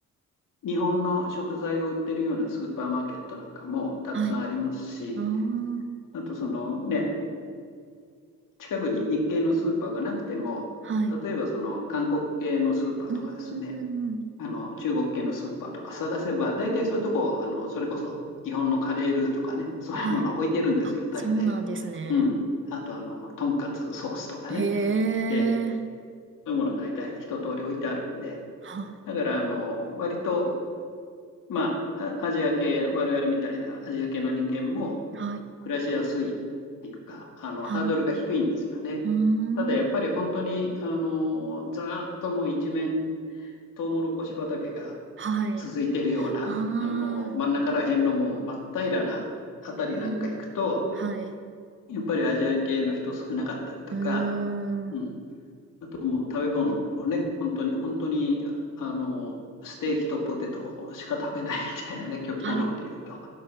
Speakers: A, on the left; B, on the right.
A: 日本の食材を売ってるようなスーパーマーケットなんかもたくさんありますし、
B: はい。ああ。
A: あとそのね、近くに日系のスーパーがなくても、
B: はい。
A: 例えばその韓国系のスーパーとかですね、
B: うーん。
A: あの中国系のスーパーとか探せば、大体そういうとこ、あのそれこそ日本のカレールーとかね、そういうものを置いてるんですよ、
B: はい。あ、
A: 大抵。
B: そうなんですね。
A: うん。あと、あの、とんかつソースとかね、
B: へえ。
A: で、そういうもの大体一通り置いてあるんで、
B: はい。
A: だから、あの、割とまあ、アジア系、我々みたいなアジア系の人間も
B: はい。
A: 暮らしやすいっていうか、あの、
B: はい。
A: ハードルが低いんですよね。
B: うー
A: ただやっぱり本当に、
B: ん。
A: あの、ざーっともう一面、トウモロコシ畑が
B: はい。
A: 続いてるような、
B: ああ。
A: あの、真ん中ら辺のもう真っ平らなあたりなんか行くと、
B: うん。はい。
A: やっぱりアジア系の人少なかったりとか、
B: うー
A: うん、
B: ん。
A: あともう食べ物もね、本当に、本当に、あの、ステーキとポテトしか食べないみたいなね、<laughs> 極端なこと言うと、
B: はい。